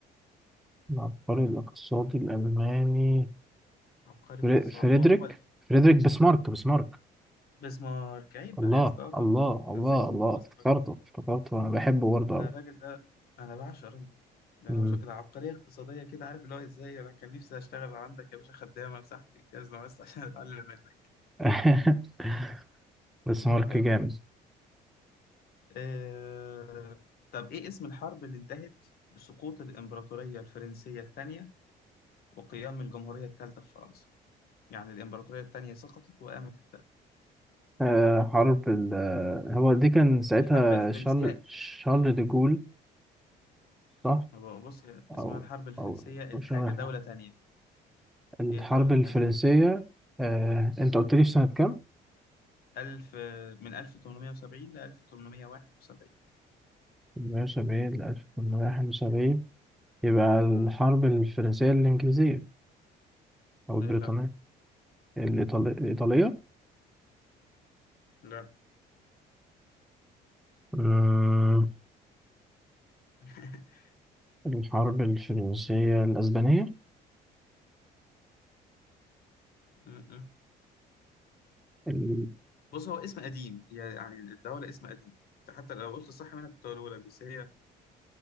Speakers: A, in the centre; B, on the left.
A: العبقري الاقتصادي الألماني
B: عبقري
A: فري-
B: اقتصاد
A: فريدريك
B: هو هو ال-
A: فريدريك بسمارك بسمارك
B: بسمارك عيب
A: الله
B: بقى يا اسطى آه طبعا
A: الله الله
B: انت ازاي تكتب
A: الله افتكرته
B: بسمارك
A: افتكرته انا بحبه برضه قوي
B: ده الراجل ده انا بعشق الراجل ده ده
A: مم.
B: انا بشوف ده عبقرية اقتصادية كده عارف اللي هو ازاي انا كان نفسي اشتغل عندك يا باشا خدامة مساحتك الجزمة بس <laughs> عشان اتعلم منك
A: <laughs> بس
B: المهم
A: مارك جامد
B: آه... طب ايه اسم الحرب اللي انتهت بسقوط الامبراطورية الفرنسية الثانية وقيام الجمهورية الثالثة في فرنسا يعني الامبراطورية الثانية سقطت وقامت الثالثة
A: آه، حرب ال آه، هو دي كان ساعتها
B: الحرب الفرنسية
A: شارل شارل دي جول صح
B: ما بقى- بص هي اسمها
A: او
B: الحرب الفرنسية
A: او
B: الحاجة
A: أو شارل
B: دولة تانية
A: الحرب
B: إيه الدولة التانية
A: الفرنسية
B: دي؟
A: آه، انت قلت لي في سنة كام؟
B: ألف من 1870 ل 1871
A: 1870 ل 1871 يبقى الحرب
B: آه
A: الفرنسية الإنجليزية أو البريطانية
B: إيه لا
A: الإيطالية
B: لا
A: الإيطالية
B: <laughs>
A: الحرب الفرنسية الأسبانية
B: م- م.
A: ال-
B: بص هو اسم قديم يعني الدولة اسم قديم أنت حتى لو قلت صح منك كنت هقوله لك بس هي